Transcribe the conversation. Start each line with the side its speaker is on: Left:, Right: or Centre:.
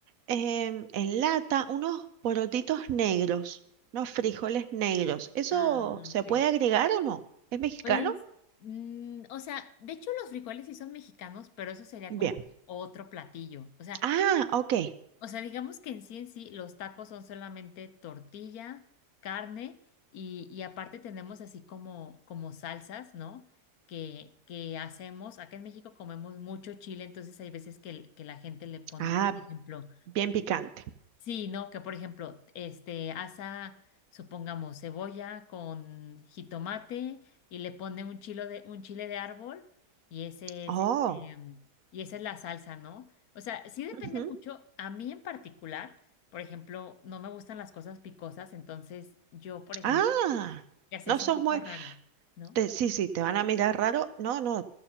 Right: em, en lata unos porotitos negros, unos frijoles negros. ¿Eso
Left: Ah,
Right: se
Left: ok.
Right: puede agregar o no? ¿Es mexicano?
Left: Pues, mm, o sea, de hecho los frijoles sí son mexicanos, pero eso sería
Right: Bien.
Left: como que otro platillo. O sea,
Right: Ah, ok.
Left: o sea, digamos que en sí en sí los tacos son solamente tortilla, carne y, y aparte tenemos así como, como salsas, ¿no? Que, que hacemos, acá en México comemos mucho chile, entonces hay veces que, el- que la gente le pone,
Right: Ah,
Left: por ejemplo,
Right: bien picante.
Left: Sí, no, que por ejemplo, este, asa, supongamos, cebolla con jitomate y le pone un chilo de, un chile de árbol y ese
Right: Oh.
Left: es, este, mm, y esa es la salsa, ¿no? O sea, sí depende
Right: ujú.
Left: mucho. A mí en particular, por ejemplo, no me gustan las cosas picosas, entonces yo, por ejemplo,
Right: Ah,
Left: ya sé,
Right: no
Left: es
Right: sos
Left: un poco
Right: muy...
Left: raro, ¿no?
Right: te- sí, sí, te van a mirar raro. No, no,